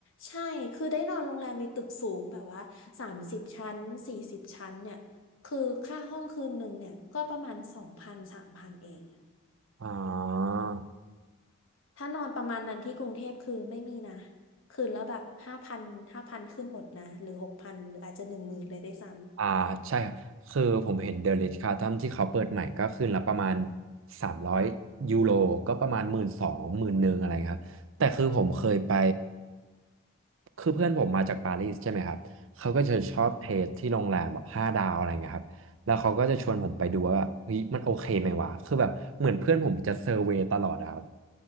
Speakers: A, on the left; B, on the right.
A: ใช่ คือได้นอนโรงแรมในตึกสูงแบบว่าสามสิบชั้นสี่สิบชั้นเนี่ย คือค่าห้องคืนหนึ่งเนี่ยก็ประมาณสองพันสามพันเองอะ
B: อ๋อ
A: ถ้านอนประมาณนั้นที่กรุงเทพคือไม่มีนะ คืนแล้วแบบห้าพันห้าพันขึ้นหมดนะหรือหกพันหรืออาจจะหนึ่งหมื่นเลยได้วยซ้
B: อ่าใช่ครับคือผมเห็นเด e r i ิชค a r ์ตันที่เขาเปิดใหม่ก็คืนละประมาณ300ยยูโรก็ประมาณหมื่นสองหมื่นหนึ่งอะไรครับแต่คือผมเคยไปคือเพื่อนผมมาจากปารีสใช่ไหมครับเขาก็จะชอบเทสที่โรงแรมแบบห้าดาวอะไรเงี้ยครับแล้วเขาก็จะชวนผมไปดูว่าแบบเฮ้ยมันโอเคไหมวะคือแบบเหมือนเพื่อนผมจะเซอร์เวย์ตลอดอะครับ